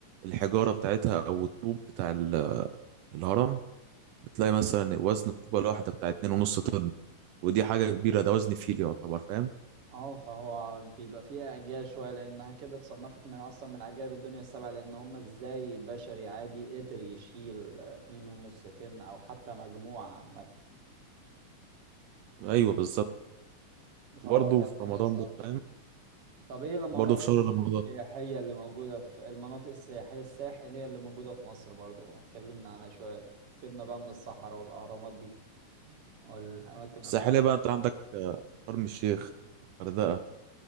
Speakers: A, on the right; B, on the right.
A: الحجارة بتاعتها أو الطوب بتاع ال- الهرم تلاقي مثلا وزن الطوبة الواحدة بتاع اتنين ونص طن ودي حاجة كبيرة ده وزن فيل يعتبر فاهم
B: اه فهو بيبقى فيها اعجاز شوية لانها كده اتصنفت من اصلا من عجائب الدنيا السبعة لان هم ازاي بشري عادي قدر يشيل اتنين ونص طن او حتى مجموعة عامة
A: أيوه بالظبط
B: فهو
A: وبرضه
B: كان
A: في
B: موضوع
A: رمضان
B: صعب
A: بقى فاهم
B: طب ايه المناطق
A: وبرضه في شهر رمضان
B: السياحية اللي موجودة في المناطق السياحية الساحلية اللي موجودة في مصر برضو اتكلمنا عنها شوية سيبنا بقى من الصحراء والأهرامات دي والأماكن
A: الساحلية
B: الحر
A: بقى أنت عندك آه، شرم الشيخ الغردقة